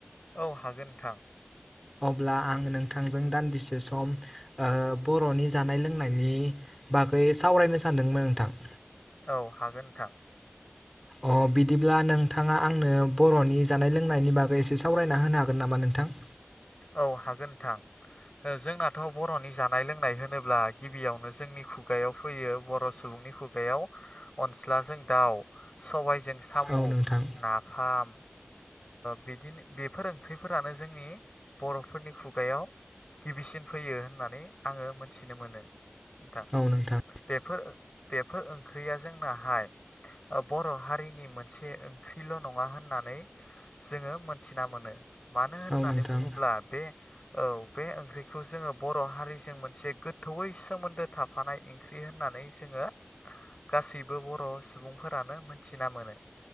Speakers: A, on the left (about 25°); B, in the centre.
A: औ हागोन नोंथां।
B: अब्ला आं नोंथांजों दान्दिसे सम ओ बर'नि जानाय लोंनायनि बागै सावरायनो सानदोंमोन नोंथां।
A: औ हागोन नोंथां।
B: अ बिदिब्ला नोंथाङा आंनो बर'नि जानाय लोंनायनि बागै एसे सावरायना होनो हागोन नामा नों थां
A: औ हागोन नोंथां जोंना गोाथाव बर'नि जानाय लोंनाय होनोब्ला गिबियावनो जोंनि खुगायाव फैयो बर' सुबुंनि खुगायाव अनस्लाजों दाउ सबायजों साम'
B: औ नोंथां
A: नाफाम बिदिनो बेफोर ओंख्रिफोरानो जोंनि बर'फोरनि खुगायाव गिबिसिन फैयो होननानै आङो मोनथिनो मोनो नथां
B: औ नोंथां
A: बेफोर बेफोर ओंख्रियाजों नाहाय बर' हारिनि मोनसे ओंख्रिल' नङा होननानै जोङो मोनथिना मोनो मानो होननानै
B: औ नोंथां
A: बुङोब्ला बे औ बे ओंख्रिखौ जोङो बर' हारिजों मोनसे गोथौयै सोमोन्दो थाफानाय ओंख्रि होननानै होननानै जोङो गासैबो बर' सुबुंफोरानो मोनथि मोन